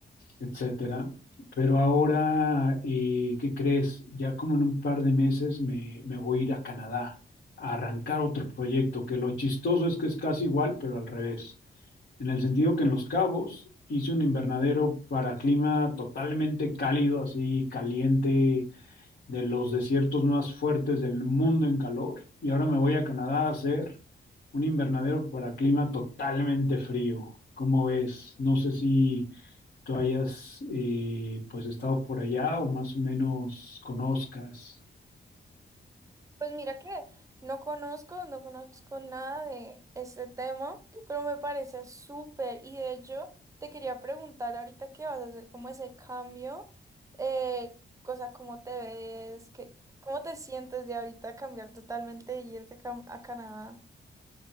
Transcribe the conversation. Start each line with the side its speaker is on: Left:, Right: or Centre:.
Left: etcétera. Pero ahora, eh, ¿qué crees? Ya como en un par de meses me, me voy a ir a Canadá a arrancar otro proyecto, que lo chistoso es que es casi igual, pero al revés. En el sentido que en Los Cabos hice un invernadero para clima totalmente cálido, así caliente, de los desiertos más fuertes del mundo en calor. Y ahora me voy a Canadá a hacer un invernadero para clima totalmente frío. ¿Cómo ves? No sé si tú hayas eh, pues estado por allá o más o menos conozcas.
Right: Pues mira que no conozco, no conozco nada de este tema, pero me parece súper. Y de hecho, te quería preguntar ahorita qué vas a hacer, como ese cambio, eh, o sea, cómo te ves, qué, cómo te sientes de ahorita cambiar totalmente y irte cam- a Canadá.